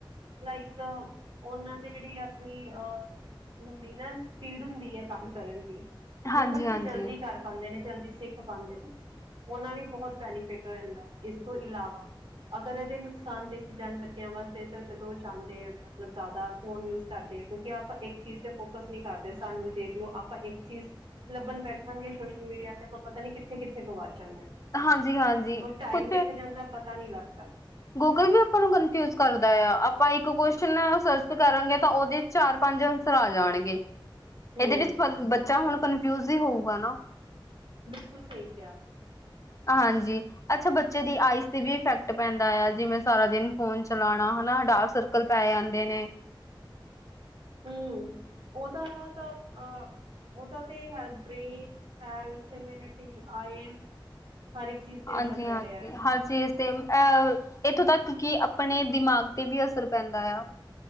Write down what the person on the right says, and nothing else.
ਲਾਈਕ ਉਹਨਾਂ ਦੇ ਜਿਹੜੀ ਆਪਣੀ ਅ ਹੁੰਦੀ ਨਾ ਸਪੀਡ ਹੁੰਦੀ ਹੈ ਕੰਮ ਕਰਨ ਦੀ।
ਉਹ ਬੱਚੇ
ਜਲਦੀ ਕਰ ਪਾਉਂਦੇ ਨੇ, ਜਲਦੀ ਸਿੱਖ ਪਾਉਂਦੇ ਨੇ, ਉਹਨਾਂ ਲਈ ਬਹੁਤ ਬੈਨੀਫਿਟ ਹੋ ਜਾਂਦਾ ਇਸ ਤੋਂ ਇਲਾਵਾ ਅਗਰ ਇਹਦੇ ਨੁਕਸਾਨ ਦੇਖੇ ਜਾਣ ਬੱਚਿਆਂ ਵਾਸਤੇ ਤਾਂ ਜਦੋਂ ਜਾਂਦੇ ਆ ਮਤਲਬ ਜ਼ਿਆਦਾ ਫੋਨ ਯੂਜ਼ ਕਰਦੇ ਕਿਉਂਕਿ ਆਪਾਂ ਇੱਕ ਚੀਜ਼ ਤੇ ਫੋਕਸ ਨਹੀਂ ਕਰਦੇ, ਸਾਨੂੰ ਦੇਖ ਲਓ, ਆਪਾਂ ਇੱਕ ਚੀਜ਼ ਲੱਭਣ ਬੈਠਾਂਗੇ ਸੋਸ਼ਲ ਮੀਡੀਆ 'ਤੇ ਆਪਾਂ ਪਤਾ ਨੀ ਕਿੱਥੇ ਕਿੱਥੇ ਗੁਆਚ ਜਾਂਦੇ ਹਾਂ
ਹੋਰ ਟਾਈਮ
ਕਿੱਥੇ ਜਾਂਦਾ ਪਤਾ ਨਹੀਂ ਲੱਗਦਾ
ਹੂੰ।
ਬਿਲਕੁਲ ਸਹੀ ਕਿਆ,
ਹਮ ਉਹਦਾ ਤਾਂ ਅਹ ਉਹਦਾ ਹੈ ਬ੍ਰੇਨ ਹੈਮਿਨਿਟੀ ਆਈ ਹਰ ਇੱਕ ਚੀਜ਼ ਤੇ
ਅਸਰ ਪੈ
ਰਿਹਾ ਹੈ